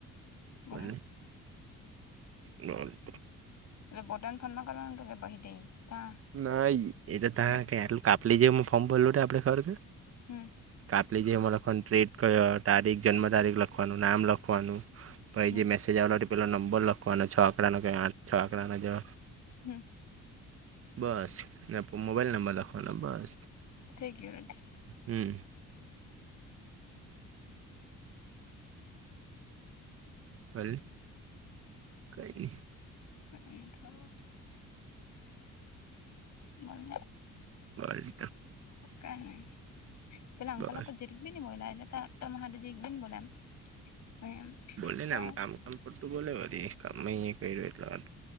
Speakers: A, on the left; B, on the right.
A: બોલને
B: બને. ના <unintelligible>
A: એલે પોતાન ફોનમાં કરવા નું અતુ કે પહી થી તા?
B: ના ઈ એતો તા
A: હમ
B: કે આટલું કાપલી જે ફોર્મ ભરલું આપડે ખબર કે?
A: હમ.
B: કાપલી જે એમાં લખવાનું ટ્રેટ કયો તારીખ જન્મ તારીખ લખવાનું નામ લખવાનું. પહી
A: હમ
B: જે મેસેજ આવેલા તે પેલો નંબર લખવાનો છ આંકડાનો આઠ છ આંકડાનો જો.
A: હમ.
B: બસ અને પ મોબાઈલ નંબર લખવાનો બસ.
A: થઈ ગયું.
B: હમ. હલ, કઈની.
A: એ તો બોલને.
B: <unintelligible>
A: કઈ ની, પેલા અંકલ
B: બસ
A: લોકો જે ઠીક બી ની બોઈલા એટલે કા તમાર હાટુ જે એક બી ની બોલા એમ.
B: બોલેને
A: હા
B: આમ કામ કામ. ખોટું બોલે બધી કામ ઈ કર્યું